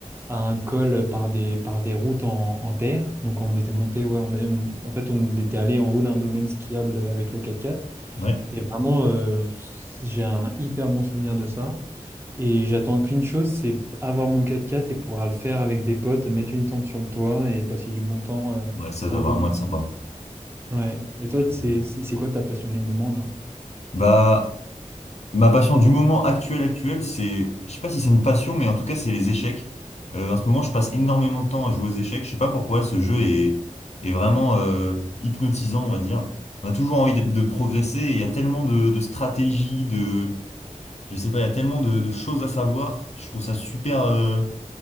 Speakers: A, on the right; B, on the left.
A: à un col par des, par des routes en, en terre. Donc on était monté, ouais, on a- on- en fait, on était allé en haut d'un domaine skiable avec le quatre-quatre.
B: Ouais.
A: Et vraiment, euh, j'ai un hyper bon souvenir de ça. Et j'attends qu'une chose, c'est avoir mon quatre-quatre et pouvoir le faire avec des potes, mettre une tente sur le toit et passer du bon temps euh,
B: Ouais, ça doit
A: en haut.
B: vraiment être sympa.
A: Ouais. Et toi,
B: Je te
A: c'est
B: comprends.
A: c'est- c'est quoi ta passion du moment là?
B: Bah, Ma passion du moment actuel actuel, c'est, je sais pas si c'est une passion, mais en tout cas, c'est les échecs. Euh, en ce moment, je passe énormément de temps à jouer aux échecs. Je sais pas pourquoi ce jeu est, est vraiment euh, hypnotisant, on va dire. On a toujours envie d'être, de progresser. et Il y a tellement de, de stratégies, de, je sais pas, il y a tellement de, de choses à savoir. Je trouve ça super, euh,